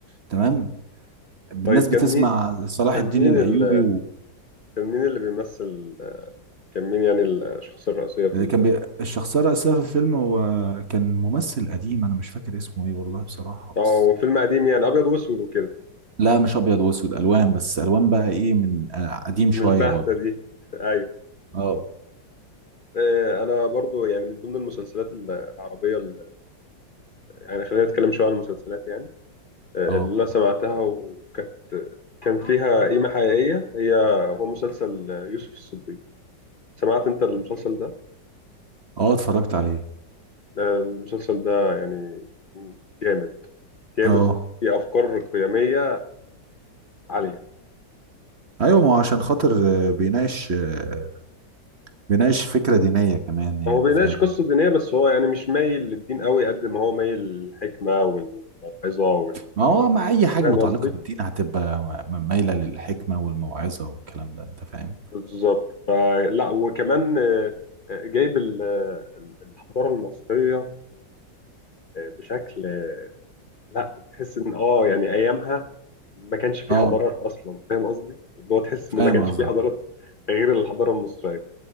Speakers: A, on the right; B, on the left.
A: تمام الناس
B: طيب
A: بتسمع
B: كان مين
A: صلاح
B: كان
A: الدين
B: مين
A: الايوبي
B: ال كان مين اللي بيمثل كان مين يعني الشخصية الرئيسية في
A: وكان
B: ال...
A: بي... الشخصيه الرئيسيه في الفيلم هو كان ممثل قديم انا مش فاكر اسمه ايه والله بصراحه
B: اه
A: بس
B: هو فيلم قديم يعني أبيض وأسود وكده
A: لا مش ابيض واسود الوان بس الوان بقى ايه من آه، قديم شويه
B: من البهتة
A: برضه
B: دي <laughs> أيوه
A: اه
B: آه، أنا برضو يعني من ضمن المسلسلات ال- العربية ال- يعني خلينا نتكلم شوية عن المسلسلات يعني آه،
A: اه
B: اللي أنا سمعتها وكانت كان فيها قيمة حقيقية هي هو مسلسل يوسف الصديق سمعت أنت المسلسل ده؟
A: اه اتفرجت عليه
B: آه، المسلسل ده يعني جامد جامد
A: اه
B: وفيه أفكار قيمية عالية
A: ايوه ما هو عشان خاطر آه، بيناقش آه، بيناقش فكره دينيه كمان يعني
B: هو بيناقش
A: فاهم
B: قصة دينية بس هو يعني مش مايل للدين قوي قد ما هو مايل للحكمة والموعظة وال
A: ما هو مع اي حاجه
B: فاهم
A: متعلقه
B: قصدي؟
A: بالدين هتبقى م- م- مايله للحكمه والموعظه والكلام ده انت فاهم
B: بالظبط فلا وكمان آه، آه، جايب ال- آه، الحضارة المصرية آه، آه، بشكل آه، لا تحس ان اه يعني ايامها ما كانش في
A: اه
B: حضارات اصلا فاهم قصدي؟ اللي هو تحس
A: فاهم
B: ان ما كانش
A: قصدك
B: في حضارات غير الحضارة المصرية